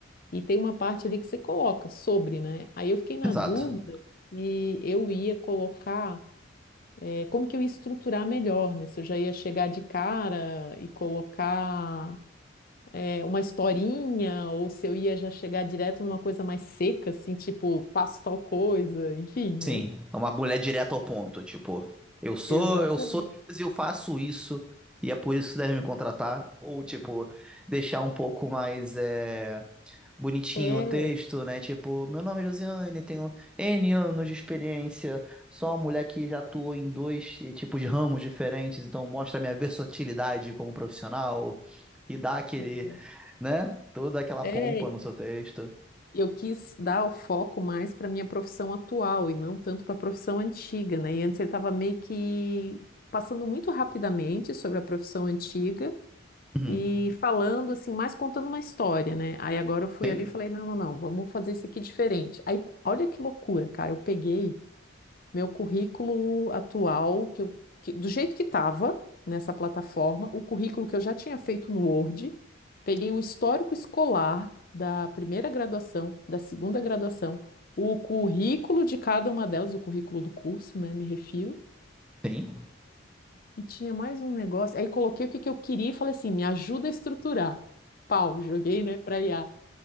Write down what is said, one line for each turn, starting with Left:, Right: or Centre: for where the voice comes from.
Left: E tem uma parte ali que você coloca sobre, né? Aí eu fiquei na
Centre: exato.
Left: dúvida e eu ia colocar é, como que eu ia estruturar melhor, né? Se eu já ia chegar de cara e colocar é, uma historinha, ou se eu ia já chegar direto numa coisa mais seca, assim, tipo, faço tal coisa, enfim, né?
Centre: Sim, é uma mulher direta ao ponto, tipo, eu sou,
Left: Exatamente.
Centre: eu sou X e eu faço isso, e é por isso que você deve me contratar, ou tipo, deixar um pouco mais é, bonitinho
Left: É,
Centre: o texto, né? Tipo, meu nome é Josiane, tenho N anos de experiência, sou uma mulher que já atuou em dois eh, tipos de ramos diferentes, então mostra a minha versatilidade como profissional e dá aquele,
Left: exato.
Centre: né? Toda aquela
Left: é,
Centre: pompa no seu texto.
Left: eu quis dar o foco mais para minha profissão atual e não tanto para a profissão antiga, né? E antes ele estava meio que passando muito rapidamente sobre a profissão antiga.
Centre: Uhum.
Left: e falando assim, mais contando uma história, né? Aí agora eu fui
Centre: Sim,
Left: ali e falei, não, não, não, vamos fazer isso aqui diferente. Aí, olha que loucura, cara, eu peguei meu currículo atual, que eu, que- do jeito que estava nessa plataforma, o currículo que eu já tinha feito no Word, peguei o histórico escolar da primeira graduação, da segunda graduação, o currículo de cada uma delas, o currículo do curso, né, me refiro,
Centre: sim.
Left: e tinha mais um negócio. Aí coloquei o que que eu queria e falei assim: me ajuda a estruturar. Pau, joguei, né, pra I a